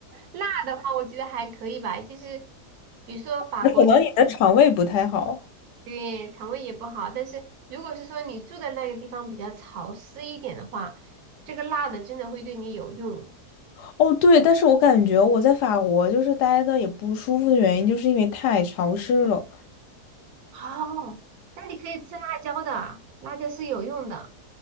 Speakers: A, on the right (about 70°); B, on the left (about 75°).
A: 辣的话，我觉得还可以吧，就是比如说法国你，
B: 那可能你的肠胃不太好。
A: 对肠胃也不好，但是如果是说你住的那个地方比较潮湿一点的话，这个辣的真的会对你有用。
B: 哦，对，但是我感觉我在法国就是待的也不舒服的原因，就是因为太潮湿了。
A: 哦，那你可以吃辣椒的，辣椒是有用的。